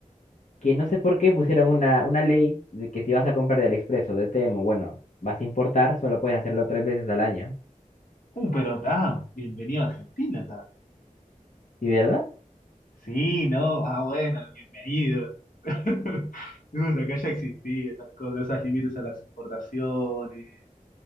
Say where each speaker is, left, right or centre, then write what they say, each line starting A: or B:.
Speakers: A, on the left; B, on the left.
A: Que no sé por qué pusieron una, una ley de que si vas a comprar de AliExpress o de Temu, bueno, vas a importar, solo puedes hacerlo tres veces al año.
B: Uh, pero está, bienvenido a Argentina,
A: ¿Y verdad?
B: Sí, no, ah, bueno, bienvenido. <laughs> No, o sea, acá ya existía esas cosas, esos límites a las importaciones,